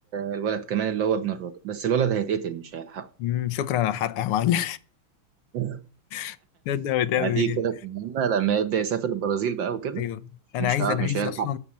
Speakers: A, on the right; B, on the left.
A: آه، الولد كمان اللي هو ابن الراجل بس الولد هيتقتل مش هيلحقه
B: امم شكرا على الحرق يا معلم
A: <laughs>
B: <laughs> ده ده بتعمل
A: هتيجي
B: ايه
A: كده في المهمة لما يبدأ يسافر البرازيل بقى وكده
B: ايوه انا
A: مش
B: عايز
A: هعرف
B: انا
A: مش
B: عايز
A: هيلحق
B: اصلا